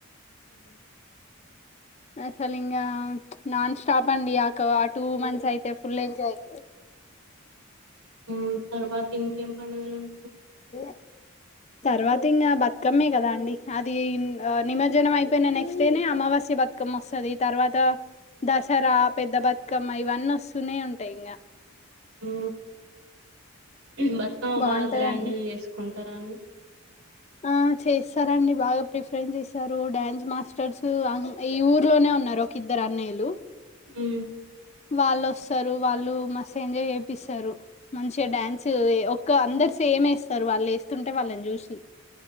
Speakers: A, on the right; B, on the left.
A: ఉ
B: అసలు ఇంగ నాన్ స్టాప్ అండి ఆక ఆ టూ మంత్స్ అయితే ఫుల్ ఎంజాయ్
A: <unintelligible> ఉ తరువాత ఇంకేం పండుగలు ఉం
B: ఏ తర్వాత ఇంగా బతుకమ్మే కదా అండి అది నిమజ్జనం అయిపోయిన నెక్స్ట్ డేనే అమావాస్య బతుకమ్మ వస్తది తర్వాత దసరా పెద్ద బతుకమ్మ ఇవన్నీ వస్తూనే ఉంటాయి, ఇంగ
A: ఉ బతుకమ్మ
B: బాగుంటదండి
A: బాగ గ్రాండ్ గా చేసుకుం టార అండీ
B: ఆ చేస్తారండి బాగ ప్రి ప్రిపేర్ చేస్తారు డ్యాన్స్ మాస్టర్స్ ఈ ఊర్లోనే ఉన్నారు ఒక ఇద్దరు అన్నయలు
A: ఉ
B: వళ్ళోస్తారు, వాళ్ళు మస్ ఎంజాయ్ చేపిస్తారు, మంచిగా డ్యాన్స్ ఒక్క అందరు సేమ్ ఎస్తారు వాళ్ళు వేస్తుంటే వాళ్ళని చూసి